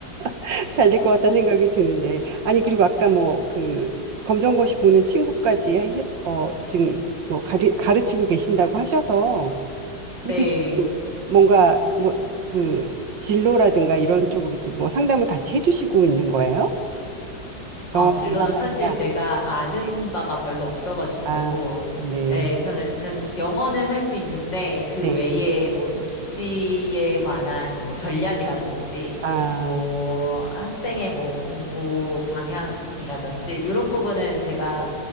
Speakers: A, on the right (about 85°); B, on the left (about 80°).
A: <laughs> 잘 될 것 같다는 생각이 드는데, 아니 그리고 아까 뭐 그 검정고시 보는 친구까지 해- 어, 지금 뭐 가르, 가르치고 계신다고 하셔서 그렇게
B: 네.
A: 좀 뭔가 뭐 그 진로라든가 이런 쪽으로도 뭐 상담을 같이 해주시고 있는 거예요?
B: 어,
A: 영어뿐만
B: 진로는 사실
A: 아니라,
B: 제가 아는
A: 네,
B: 바가 별로 없어가지고,
A: 아, 네,
B: 예, 저는, 저는 영어는 할 수 있는데, 그
A: 네.
B: 외에 뭐 입시에 관한 뭐 전략이라든지,
A: 아,
B: 뭐 학생의 뭐 공부 방향이라든지, 이런 부분은 제가